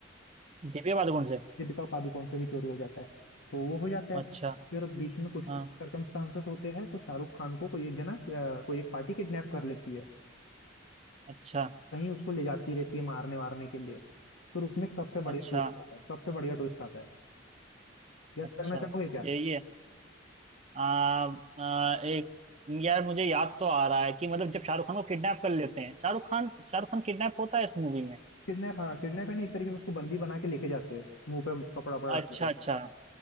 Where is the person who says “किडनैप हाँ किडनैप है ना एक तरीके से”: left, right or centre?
Left